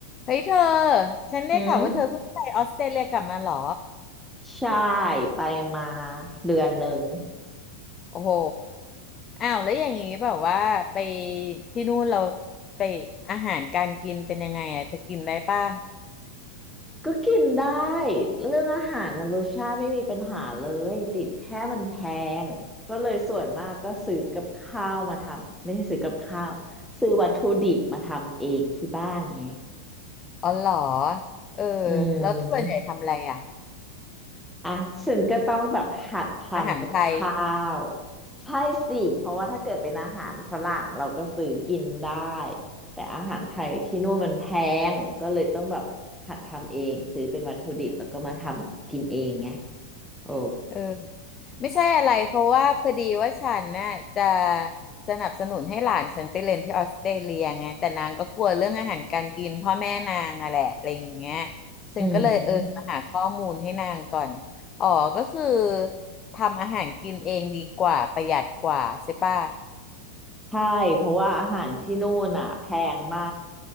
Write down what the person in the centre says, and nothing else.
อืมใช่ไปมาเดือนหนึ่ง
ก็กินได้เรื่องอาหารนะรสชาติไม่มีปัญหาเลยติดแค่มันแพงก็เลยส่วนมากก็ซื้อกับข้าวมาทำไม่ใช่ซื้อกับข้าวซื้อวัตถุดิบมาทำเองที่บ้านไง
อืม
อ่ะฉันก็ต้องแบบหัดทำกับข้าว
ใช่สิเพราะว่าถ้าเกิดเป็นอาหารฝรั่งเราก็ซื้อกินได้แต่อาหารไทยที่นู่นมันแพงก็เลยต้องแบบหัดทำเองซื้อเป็นวัตถุดิบแล้วก็มาทำกินเองไงโอ้
อืม
ใช่เพราะว่าอาหารที่นู่นอ่ะแพงมา